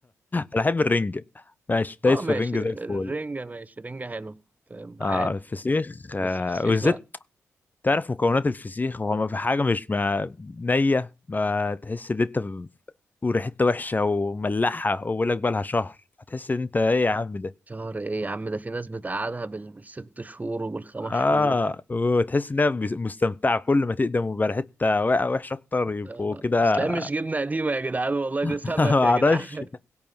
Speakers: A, on the left (about 30°); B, on the right (about 25°).
A: انا احب الرنجه ماشي
B: أه
A: دايس
B: ماشي
A: في الرنجه زي
B: الرنجة
A: الفل
B: ماشي رنجة حلوة فاهم؟
A: اه
B: عادي
A: الفسيخ آه
B: بس الفسيخ
A: وبالذات
B: لا
A: تعرف مكونات الفسيخ هو ما في حاجة مش ما نية ما تحس ان انت ب- وريحتها وحشة وملحة وبقول لك بقالها شهر هتحس ان انت ايه يا عم ده
B: شهر إيه يا عم ده في ناس بتقعدها بال- بالست شهور وبالخمس
A: اه
B: شهور
A: وتحس انها بس- مستمتعة كل ما تقدم ويبقى ريحتها وا- وحشة اكتر يبقوا
B: ده-
A: كده
B: أصل هي مش جبنة قديمة يا جدعان والله
A: <laughs>
B: ده سمك
A: معرفش
B: يا جدعان